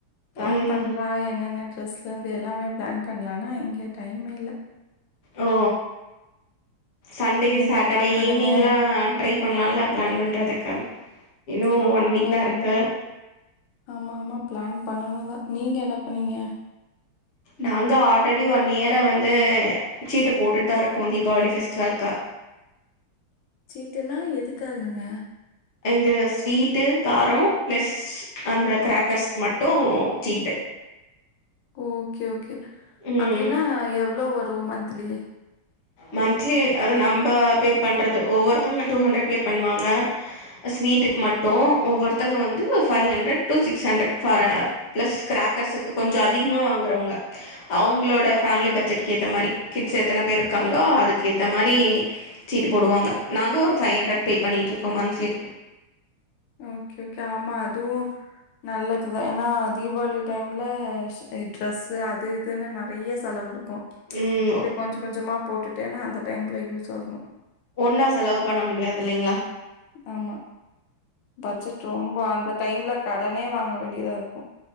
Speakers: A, on the left; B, on the left.
A: பிளான்
B: ம்
A: பண்ணலா என்னென்னு டிரஸ்லருந்து எல்லாமே பிளான் பண்லானா எங்க டைமே இல்ல
B: ஓ சண்டே
A: நீங்க
B: சாட்டர்டே
A: என்ன பிளான் பண்ணீங்க
B: ஈவி்னிங்லா ட்ரை இப்ப நல்லா பிளான் பண்றதுக்கு இன்னு
A: ஆமாங்க
B: ஒன் வீக் தா இருக்கு
A: என் ஆமா ஆமா பிளான் பண்ணணுதா நீங்க என்ன பண்ணீங்க
B: நாங்க ஆல்ரெடி ஒன் இயரா வந்து சீட்டு போட்டுட்டு தா இருக்கோ தீபாவளி ஃபெஸ்டிவலு்க்கு.
A: சீட்டுனா எதுக்காகங்க
B: இது ஸ்வீட்டு காரோ பிளஸ் அந்த கிரக்கர்ஸ்கு மட்டு சீட்டு
A: ஓகே ஓகே
B: ம்
A: அப்டினா எவ்ளோ ஒரு ஓ மன்திலி
B: மன்த்லி அத நம்ப பே பண்ணுறது ஒவ்வொருத்தங்க டூ ஹண்ட்ரட் பே பண்ணுவாங்க ஸ்வீட்டுக்கு மட்டு ஒவ்வொருத்தங்க வந்து five hundred to six hundred ஃபாரே ப்ளஸ் கிரக்கர்ஸுக்கு கொஞ்சோ அதிகமா வாங்குறவங்க அவங்களோட ஃபேமிலி பட்ஜெட்கு ஏத்த மாரி கிட்ஸ் செ எத்தனை பேர் இருக்காங்களோ அதுக்கு ஏத்த மாரி சீட்டு போடுவாங்க நாங்க ஒரு ஃபைவ் ஹண்ட்ரட் பே பண்ணிட்டு இருக்கோ மன்திலி
A: ஓகே ஓகே ஆமா அதுவு நல்லதுதுான் ஏனா தீபாவளி டைம்ல ஸ் ட்ரெஸ்ஸு அது இதுன்னு நெறைய செலவு இருக்கு கோ
B: ம்
A: இது கொஞ்ச கொஞ்சமா போட்டு ட்டேனா அந்த டைம்ல யூஸ் ஆகு
B: ஒன்னா செலவு பண்ண முடியாதில்லைங்களா
A: ஆமா. பட்ஜெட் ரொம்ப அந்த டைம்ல கடனே வாங்க வேண்டியதா இருக்கு